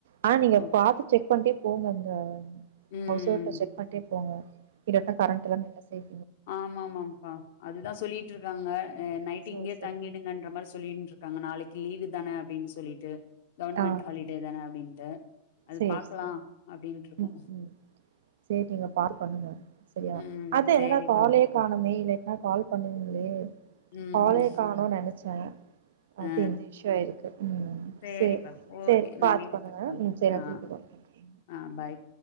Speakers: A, on the right; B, on the left.
A: ஆனா நீங்க
B: ஓ
A: பாத்து செக் பண்ட்டே போங்கங்க
B: ம்
A: ஹவுஸ் ஓனர்ட செக் பண்ட்டே போங்க இருட்ட கரண்ட் இல்ல என்ன செய்
B: ஆமா ஆமாப்பா அதுதா சொல்லிட்டு இருக்காங்க நைட்டு்
A: சேரி
B: இங்கயே
A: சேரி
B: தங்கிடுங்கன்ற மாரி சொல்லிட்ரு க்காங்க நாளைக்கு லீவு தான அப்டின் சொல்லிட்டு கவர்மெண்ட்
A: ஆ
B: ஹாலிடே தான அப்டின்ட்டு அது
A: சேரி
B: பாக்லா
A: சேரி
B: அப்டின்ருக்கோ
A: ம் ம் சேரி நீங்க கால் பண்ணுங்க சரியா
B: ம்.
A: அது
B: சரிப்பா.
A: என்னடா காலே காணமே இல்லைனா கால் பண்ணுவீங்ளே
B: ம்.
A: காலே காணோ நெனைச்சே அது
B: ஆ
A: இந்த இஷ்யு ஆயிருக்கு ம்
B: சரிப்பா.
A: செர்
B: ஓகே.
A: செரி
B: நான்
A: பாத்துபனுங்க
B: வீட்டுக்கு போய் கால் பண்
A: செரி நா
B: ஆ.
A: திருப்பி கால் பண்ர
B: ஆ பாய்.